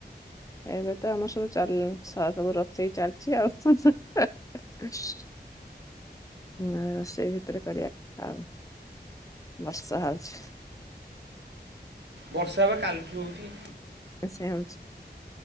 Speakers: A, on the left; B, on the right.
A: ଏବେ ତ ଆମର ସବୁ ଚାଲ୍ ସ ସବୁ ରୋଷେଇ ଚାଲିଚି ଆଉ। <unintelligible> <unintelligible> ହଁ ରୋଷେଇ ଭିତରେ କରିବା ଆଉ ବର୍ଷା ହୋଉଚି।
B: ବର୍ଷା ପା କାଲି ଠୁ ହୋଉଚି।
A: ଏ ସେ ହୋଉଚି